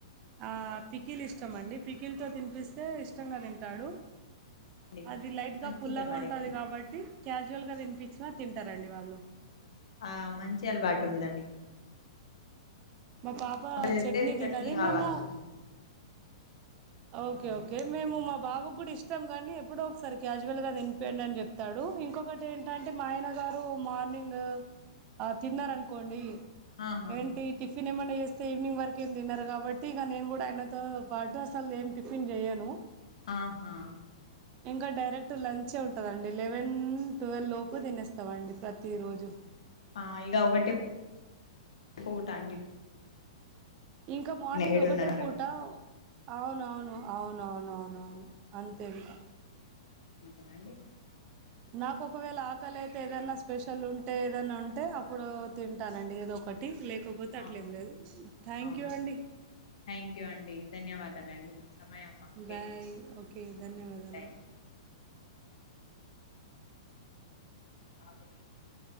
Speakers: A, on the right (about 30°); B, on the left (about 85°).
A: ఆ పికిల్ ఇ ఇష్టమండి పికిల్తో తిన్పిస్తే ఇష్టంగా తింటాడు.
B: అండి
A: అది లైట్గా
B: మంచిదే
A: పుల్లగా
B: మరి
A: ఉంటాది కాబట్టి క్యాజువల్గ తినిపిచ్చిన తింటారండి వాళ్ళు.
B: హా మంచి అలవాటుందండి.
A: మా పాప
B: అప్పుడు చెప్తే
A: చట్నీ తినది
B: కావాలి
A: మేము ఓకే ఓకే మేము మా బాబుక్ గుడ ఇష్టం గనీ ఎప్పుడో ఒక్సారి క్యాజువల్గా తిన్ పోయిండన్ జెప్తాడు ఇంకొకట్ టేంటంటే మా ఆయన గారు మార్నింగ్ ఆ తిన్నార్ అనుకోండి
B: ఆహా
A: ఏంటి టిఫిన్ ఏమన్నా చేస్తే ఈవినింగ్ వరకు ఏమి తిన్నరు కాబట్టి ఇక నేను కూడా అయిన తో పాటు అసలు ఏం టిఫిన్ జేయను
B: ఆహా
A: ఇంకా డైరెక్ట్ లంచే ఉంటదండి లెవెన్ ట్వెల్వ్ లోపు తినేస్తామండి ప్రతి రోజు
B: ఆ ఇగ ఒకటి పోతాండి
A: ఇంకా మార్నింగ్
B: ఏడున్నర
A: ఒకటే
B: వరకు
A: పూట అవునవును అవునవునవునవును అంతే ఇంకా
B: అంతేనా అండి
A: నాకు ఒకవేళ ఆకలి అయితే ఏదైనా స్పెషల్ ఉంటే ఏదన్నా ఉంటే అప్పుడు తింటానండి ఏదో ఒకటి లేకపోతే
B: ఆ,
A: అట్లేం లేదు థ్యాంక్
B: అవునా
A: యూ అండి
B: థ్యాంక్ యూ అండి ధన్యవాదాలండి మీ సమయం మాకు
A: బాయ్ ఓకే ధన్యవాదాలు
B: కేటాయించినందుకు అ